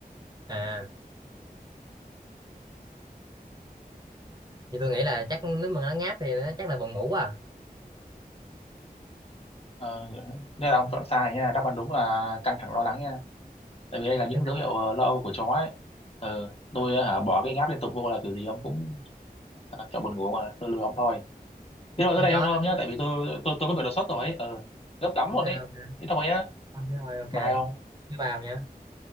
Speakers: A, on the right; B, on the left.
A: à thì tôi nghĩ là chắc nếu mà nó ngáp thì nó chắc là buồn ngủ à
B: Ờ, nên là ông chọn sai nha đáp án đúng là căng thẳng lo lắng nha tại vì đây là những
A: căng
B: dấu
A: thẳng
B: hiệu ờ, lo âu của chó ấy Ờ, tôi
A: lắm.
B: ờ, hả bỏ cái ngáp liên tục vô là kiểu gì ông cũng ờ, chọn buồn ngủ mà tôi lừa ông thôi thế rồi
A: con
B: tới đây
A: chó
B: thôi không nhá
A: nó
B: tại vì tôi tôi tôi có bị đột xuất rồi ấy. Ờ, gấp lắm luôn
A: ok
B: ấy
A: ok
B: thế thôi nhá
A: con thấy thôi ok
B: bye ông
A: bye bye nha